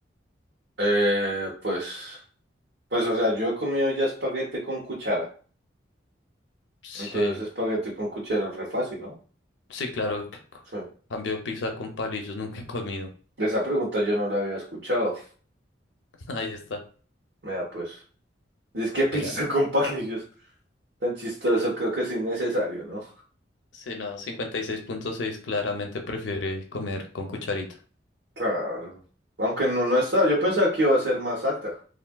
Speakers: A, on the right; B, on the left.
A: Eh, pues, pues, o sea, yo he comido ya espaguete con cuchara.
B: Sí,
A: Entonces, espaguete con cuchara es re fácil, ¿no?
B: sí, claro. c- c-
A: Sí.
B: Cambio pizza con palillos, nunca he comido.
A: Esa pregunta yo no la había escuchado.
B: <laughs> Ahí está.
A: Mira, pues, dice que <laughs> pizza
B: Mira.
A: con palillos. Tan chistoso,
B: eh,
A: creo que es innecesario, ¿no?
B: Sí, no, cincuenta y seis punto seis, claramente prefiere comer con cucharita.
A: Claro. Aunque no, no estaba, yo pensaba que iba a ser más alta.